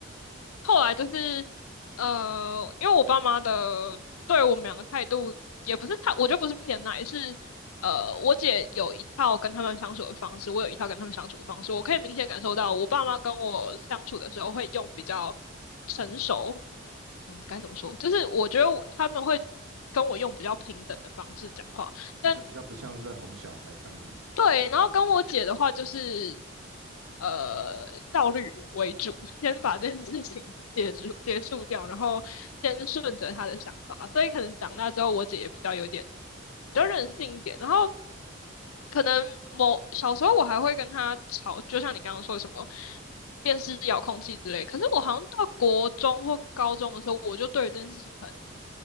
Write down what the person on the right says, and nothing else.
我觉得比较不像是在哄小孩这样子。